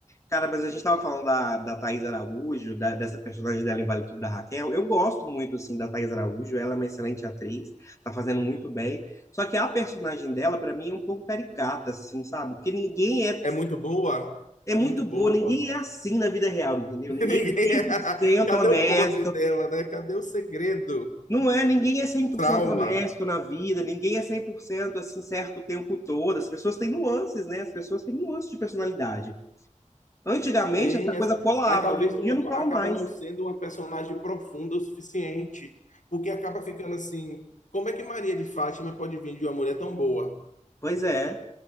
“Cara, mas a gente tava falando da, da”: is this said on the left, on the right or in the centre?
Left